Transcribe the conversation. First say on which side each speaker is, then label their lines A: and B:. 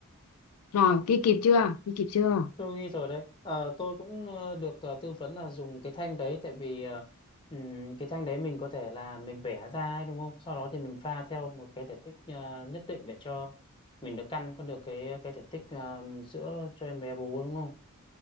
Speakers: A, on the left (about 80°); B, on the left (about 25°).
A: rồi kia kịp chưa kia kịp chưa
B: Tôi ghi rồi đấy. Ờ, tôi cũng ờ, được ờ, tư vấn là dùng cái thanh đấy tại vì ờ, ừm, cái thanh đấy mình có thể là mình vẽ ra ấy, đúng không? Sau đó thì mình pha theo một cái thể tích ờ, nhất định để cho mình được căn có được cái cái thể tích ờ, sữa cho em bé bú đúng không?